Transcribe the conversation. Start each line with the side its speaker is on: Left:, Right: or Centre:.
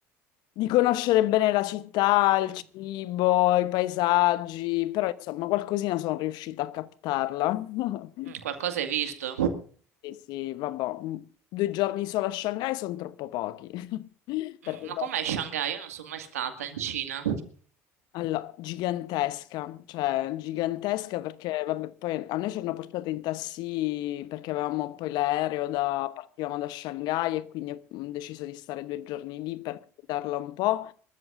Left: di conoscere bene la città, il
Right: Mm.
Left: cibo, i paesaggi, però insomma qualcosina sono riuscita a captarla. <laughs>
Right: Mm, qualcosa hai visto?
Left: Sì, sì, vabbè, due giorni solo a Shanghai sono troppo pochi. <laughs> Perché
Right: Mm, ma
Left: no?
Right: com'è Shanghai? Io non sono mai stata in Cina.
Left: Allora, gigantesca, cioè gigantesca perché vabbè, poi a noi ci hanno portato in taxi perché avevamo poi l'aereo da, partivamo da Shanghai e quindi ho mm, deciso di stare due giorni lì per visitarla un po'.